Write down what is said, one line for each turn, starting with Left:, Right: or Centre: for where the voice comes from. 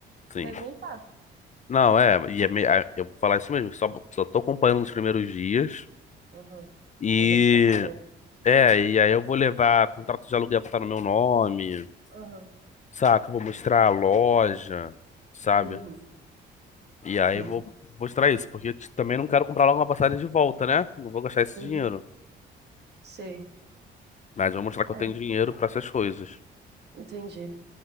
Left: Sim.
Right: e vai voltar.
Left: Não, é, e é me- é, eu vou falar isso mesmo, só só tô acompanhando nos primeiros dias.
Right: Aham.
Left: E
Right: Na adaptação.
Left: É, e aí eu vou levar contrato de aluguel que tá no meu nome,
Right: Aham.
Left: saca? Eu Vou mostrar a loja, sabe?
Right: Uhum.
Left: E aí
Right: Entendi.
Left: eu vou mostrar isso, porque eu também não quero comprar logo uma passagem de volta, né? Não vou gastar esse
Right: Uhum.
Left: dinheiro.
Right: Sei,
Left: Mas vou mostrar que eu
Right: É.
Left: tenho dinheiro pra essas coisas.
Right: entendi.